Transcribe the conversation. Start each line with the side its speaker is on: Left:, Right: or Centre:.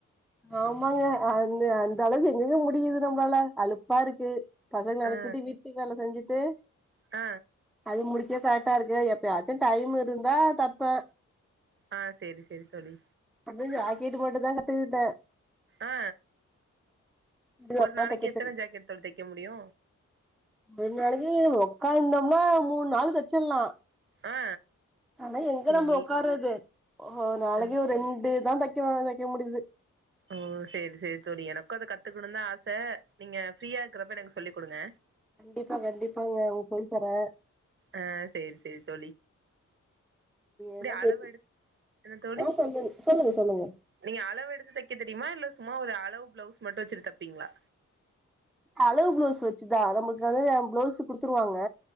Centre: ஆமாங்க அந்த அந்த அளவுக்கு எங்கங்க முடியுது நம்ளாள அழுப்பா இருக்கு பசங்கள அனுப்பிட்டு
Right: ஆ
Centre: வீட்டு வேல செஞ்சுட்டு
Right: ஆ
Centre: அது முடிக்கவே கரெக்டா இருக்கு எப்பயாச்சு டைம் இருந்தா தப்பே
Right: ஆ சேரி சேரி தோழி
Centre: அங்கயு ஜாக்கெட்டு மட்டுதா கத்துகிட்டே
Right: ஆ
Centre: இதுக்கப்புறமா
Right: ஒரு நாளைக்கு
Centre: தைக்க
Right: எத்தன
Centre: தெரி
Right: ஜாக்கெட் தோழி தெக்க முடியு
Centre: முஞ்ச அளவு ஒக்காந்தோம்மா மூணு நாள் தச்சிட்லா
Right: ஆ
Centre: ஆனா எங்க
Right: சேரி
Centre: நம்ம ஒக்காறது ஒரு நாளைக்கு
Right: அ
Centre: ஒரு ரெண்டு தா தெக் ஸ்லோவா தெக்க முடியுது
Right: ஓ சேரி சேரி தோழி எனக்கு அத கத்துக்கணு தா ஆச நீங்க ஃப்ரீயா இருக்குறப்ப எனக்கு சொல்லிக் குடுங்க
Centre: கண்டிப்பா கண்டிப்பாங்க உங்களுக்கு சொல்லி தரே
Right: ஆ சேரி சேரி தோ
Centre: என்ன
Right: அளவு
Centre: தோழி
Right: எடுத் என்ன தோழி
Centre: ஆ சொல்லுங் சொல்லுங்க சொல்லுங்க
Right: நீங்க அளவெடுத்து தெக்க தெரிமா இல்ல சும்மா ஒரு அளவு பிளவுஸ் மட்டு வச்எசுட்டு தப்பீங்ளா
Centre: அளவு ப்ளவுஸ் வச்சுதா நம்மளுக்கு வந்து ப்ளவுஸு குடுத்துருவாங்க